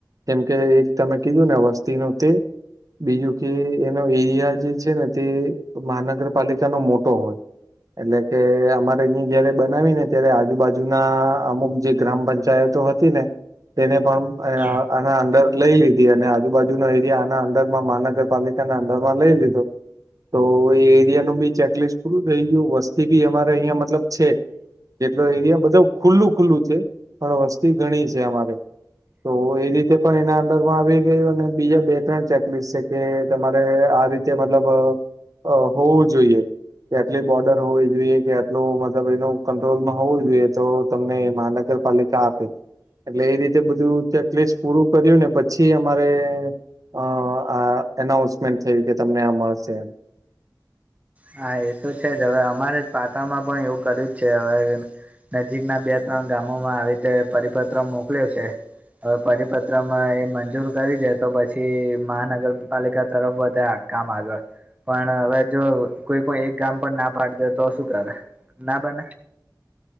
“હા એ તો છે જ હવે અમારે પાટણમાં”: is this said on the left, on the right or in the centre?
Right